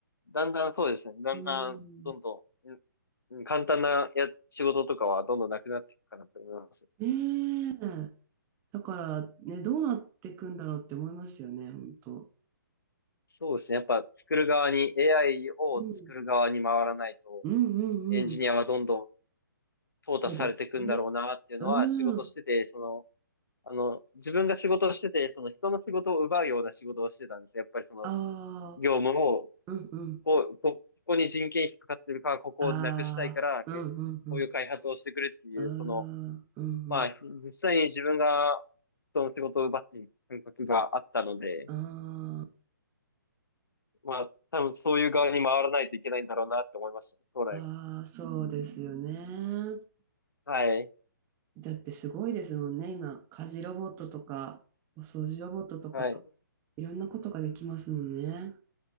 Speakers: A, on the left; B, on the right.
A: だんだんそうですね。だんだん、
B: うん。
A: どんどん、うん簡単なや、仕事とかはどんどんなくなっていくかなと思います。
B: ねえ。だからね、どうなっていくんだろうって思いますよね、本当。
A: そうですね。やっぱ作る側に、AI を作る側に回らないと、
B: うん。うんうんうん。
A: エンジニアはどんどん淘汰されていくんだろうなっていうのは、
B: そうですね。うん。
A: 仕事してて、その、あの、自分が仕事をしてて、その人の仕事を奪うような仕事をしてたんですよ。やっぱりその、
B: ああ、
A: 業務を
B: うんうん。
A: こう、ここに人件費かかってるから、ここをなくしたいから、
B: ああ、うんうんうん。
A: えこういう開発をしてくれっていう、
B: うーん、
A: その、
B: うんうん。
A: まあ、実際に自分が人の仕事を奪っている感覚があったので、
B: あー
A: まあ、多分そういう側に回らないといけないんだろうなって思いましたね、将来は。
B: あー、そうですよね。
A: はい。
B: だってすごいですもんね。今、家事ロボットとか、お掃除ロボットとか、
A: はい。
B: いろんなことができますもんね。